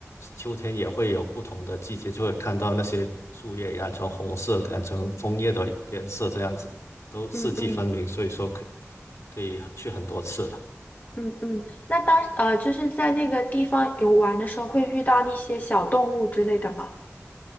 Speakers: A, on the left (about 80°); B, on the left (about 35°).
A: 秋天也会有不同的季节，就会看到那些树叶染成红色，染成枫叶的颜色，这样子都四季分明，
B: 嗯嗯
A: 所以说可以可以去很多次。
B: 嗯嗯，那当呃，就是在那个地方游玩的时候，会遇到那些小动物之类的吗？